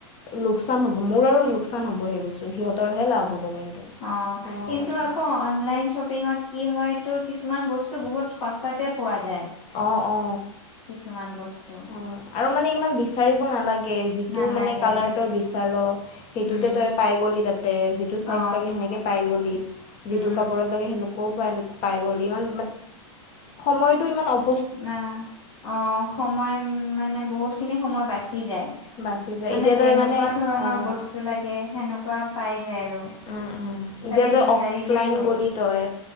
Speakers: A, on the left (about 40°); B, on the left (about 65°).
A: লোকচান হ'ব মোৰ আৰু লোকচান হ'ব সেই বস্তু সিহঁতৰহে লাভ হ'ব কিন্তু।
B: অ
A: সেনেকুৱা
B: কিন্তু
A: কথা
B: আক- অনলাইন শ্বপিঙত কি হয় তোৰ কিছুমান বস্তু বহুত সস্তাতে পোৱা যায়।
A: অ অ।
B: কিছুমান বস্তু
A: উম আৰু মানে ইমান বিচাৰিব নালাগ- গে যিটো
B: নালাগে
A: মানে কালাৰ তই বিচাৰ সেইটোতে
B: উম
A: তই পাই গ'লি তাতে যিট- টো চাইজ
B: অ
A: লাগে সেনেকে পাই গলি যিটো
B: উম
A: কাপোৰত লাগে সেনেকু- কু পাইনেকু পাই গলি ইমান সময়টো ইমান অ-
B: না অ সময় মানে বহুতখিনি সময় বাছি যায়।
A: বাচি যায়
B: মানে
A: এতিয়া
B: যেনেকোৱা
A: তই মানে
B: ধৰণৰ
A: অঁ
B: বস্তু লাগে সেনেকোৱা পাই যায় আৰু।
A: উম উম
B: তাতে
A: এতিয়া তই
B: বিচাৰিলেই
A: অফলাইন
B: হ'ল
A: গ'লি তই